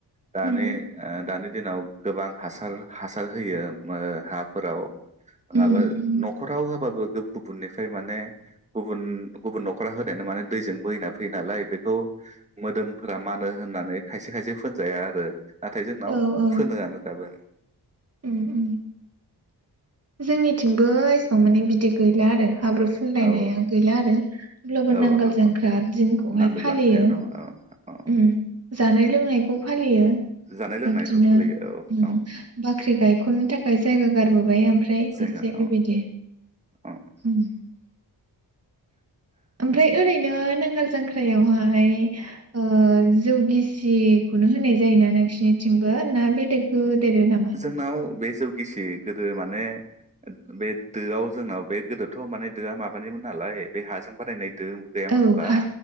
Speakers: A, on the right; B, on the right.
A: दानि
B: उम
A: आ दानि दिनाव गोबां हासार हासार होयो ओ हाफोराव नङाबा
B: उम उम
A: न'खराव होबाबो गुबुननिफ्राय माने गुबुन गुबुन न'खरा होनायानो माने दैजों बोहैना फैयो नालाय बेखौ मोदोम फोरा मानो होननानै खायसे खायसे फोनजाया आरो नाथाय जोंनाव
B: औ औ
A: फोनोआनो दाबो
B: उम उम जोंनिथिंबो माने बिदि गैला आरो हाब्रु फुनलायनाया
A: औ
B: गैला आरो अब्लाबो
A: औ
B: नांगोल
A: हाब्रु
B: जांख्रा दिनखौहाय
A: नांगोल
B: फालियो
A: जांख्राया दङ औ औ
B: उम जानाय लोंनायखौ फालियो
A: जानाय लोंनायखौ
B: बिब्दिनो
A: फालियो औ
B: उम
A: औ
B: बाख्रि गायख'ननो थाखाय जायगा गारबोबाय ओमफ्राय
A: जायगा
B: एसे
A: औ
B: बेबायदि
A: औ
B: उम ओमफ्राय ओरैनो नों हाल जांख्रायावहाय ओ जौ गिसिखौनो होनाय जायोना नोंसिनिथिंबो ना बेलेग होदेरो नामा
A: जोंनाव बे जौगिसि गोदो माने बे दोआव जोंनाव बे गोदोथ' माने दोआ माबानिमोन नालाय बे हाजों बानायनाय दो गैयामोन
B: औ
A: होमबा
B: हा